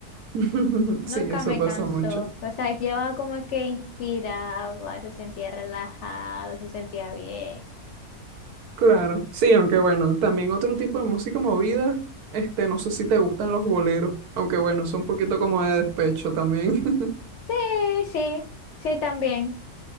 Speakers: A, on the right; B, on the left.
A: <laughs>
B: nunca
A: Sí, eso
B: me
A: pasa
B: cansó.
A: mucho.
B: O sea, llevaba como que inspiraba, se sentía relajado, se sentía bien.
A: Claro, sí, aunque bueno, también otro tipo de música movida, este, no sé si te gustan los boleros, aunque bueno, son un poquito como de despecho también. <laughs>
B: Sí, sí, sí también.